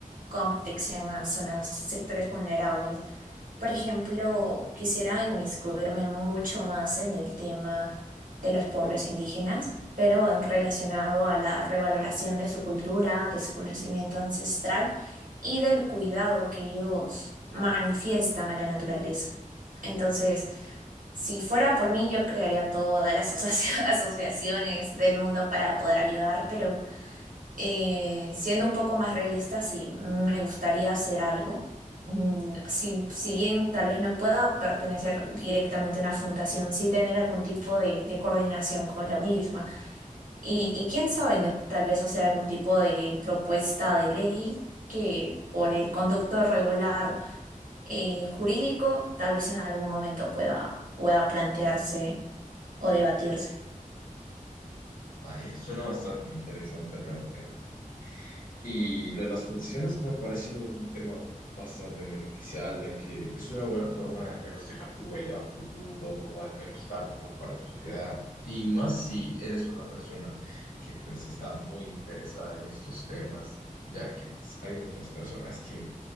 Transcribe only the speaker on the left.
Ay, suena bastante interesante realmente. Y lo de las funciones me parece un tema bastante beneficial, ya que es una buena forma de al menos dejar tu huella a futuro o al menos dar un poco a la sociedad. Y más si eres una persona que pues está muy interesada en estos temas, ya que pues, hay muchas personas que